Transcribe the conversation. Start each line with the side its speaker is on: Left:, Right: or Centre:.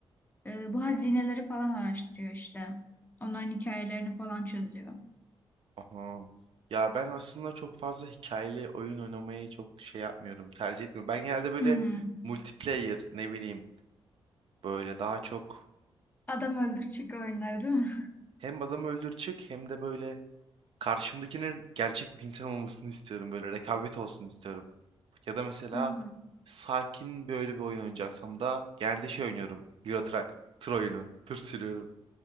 Left: E, bu hazineleri falan araştırıyor işte. Onların hikayelerini falan çözüyor.
Right: Aha. Ya ben aslında çok fazla hikayeli oyun oynamayı çok şey yapmıyorum, tercih etmiyorum. Ben genelde böyle
Left: Hmm.
Right: multiplayer ne bileyim böyle daha çok
Left: Adam öldür çık oyunları değil mi?
Right: hem adam öldür çık hem de böyle karşımdakinin gerçek bir insan olmasını istiyorum. Böyle rekabet olsun istiyorum. Ya da mesela
Left: Hmm.
Right: sakin böyle bir oyun oynayacaksam da genelde şey oynuyorum. Euro Truck, tır oyunu, tır sürüyorum.